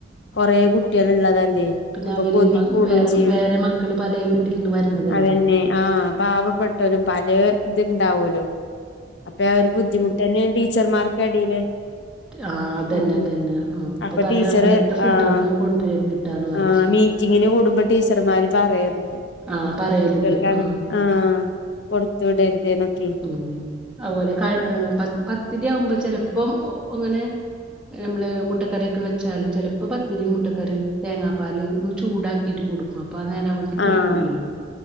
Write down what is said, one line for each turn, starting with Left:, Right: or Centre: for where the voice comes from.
Left: കൊറെ കുട്ടികൾ ഉള്ളതല്ലേ
Centre: പിന്നെ
Left: അപ്പൊ
Centre: അവര്
Left: കൊതിക്കൂടയും
Centre: മ വേറെ
Left: ചെയ്യും
Centre: വേറെ മക്കള് പല വീട്ടിൽ നിന്ന് വരണതല്ലേ
Left: അതെന്നെ ആഹ് പാവപ്പെട്ടലും പലേ ഇത്ണ്ടാവലോ അപ്പൊ ആ ഒരു ബുദ്ധിമുട്ട് തന്നെയ ടീച്ചർമാർക്കടിയില്
Centre: ആ അതന്നെ
Left: മ്
Centre: അതന്നെ ആ
Left: അപ്പൊ
Centre: പറയാ
Left: ടീച്ചറ്
Centre: അങ്ങനത്തെ ഫുഡുകളൊന്നും
Left: ആഹ്
Centre: കൊണ്ടുവരരുതിട്ടാന്ന് പറയും
Left: ആഹ് മീറ്റിങ്ങിന് കൂടുമ്പോ ടീച്ചർമാര് പറയുന്നുണ്ട്
Centre: ആ പറയലുണ്ട്
Left: കുട്ടികൾക്ക് അങ്ങ
Centre: ആ
Left: ആഹ് കൊടുത്തു വിടരുത് എന്നൊക്കെ
Centre: ഉം അതുപോലെ കഴ് പ പത്തിരിയാകുമ്പോ ചെലപ്പോം അങ്ങനെ നമ്മള് മുട്ട കറിയൊക്കെ വെച്ചാല് ചിലപ്പോ പത്തിരിയും മുട്ടക്കറിയും തേങ്ങാപ്പാല് ഒന്ന് ചൂടാക്കിട്ട് കൊടുക്കും അപ്പ ആനേരാ ആകുമ്പത്തേക്കിന് പുളിക്കൂല്ലല്ലോ.
Left: ആഹ്